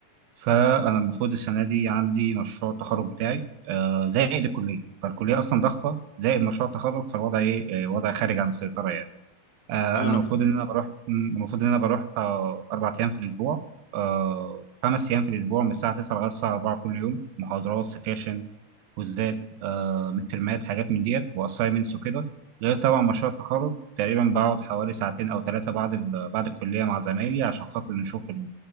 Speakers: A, on the right (about 85°); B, on the left (about 75°).
A: فأنا المفروض السنة دي عندي مشروع التخرج بتاعي آه، زائد الكلية فالكلية أصلا ضغطة زائد مشروع التخرج فالوضع إيه آه، وضع خارج عن السيطرة يعني آه،
B: ايوه
A: أنا
B: انا
A: المفروض
B: في...
A: إن أنا بروح م- المفروض إن أنا بروح آه، أربع أيام في الأسبوع آه، خمس أيام في الأسبوع من الساعة 9 لغاية الساعة 4 كل يوم محاضرات سكاشن كوزات آه مترمات حاجات من ديت واسايمنتس وكده غير طبعا مشروع التخرج تقريبا بقعد حوالي ساعتين او ثلاثه بعد ال... بعد الكليه مع زمايلي عشان خاطر نشوف ال-